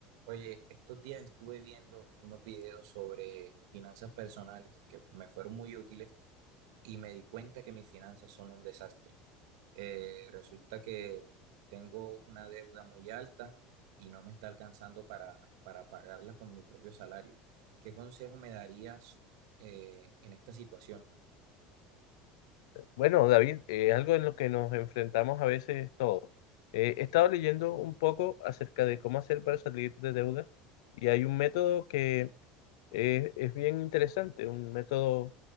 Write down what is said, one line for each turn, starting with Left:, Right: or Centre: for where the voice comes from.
Right: Oye, estos días estuve viendo unos videos sobre finanzas personales que me fueron muy útiles y me di cuenta que mis finanzas son un desastre. Eh, resulta que tengo una deuda muy alta y no me está alcanzando para, para pagarla con mi propio salario. ¿Qué consejo me darías eh, en esta situación?
Left: Bueno, David, eh, algo en lo que nos enfrentamos a veces todos. Eh, he estado leyendo un poco acerca de cómo hacer para salir de deudas y hay un método que es, es bien interesante, un método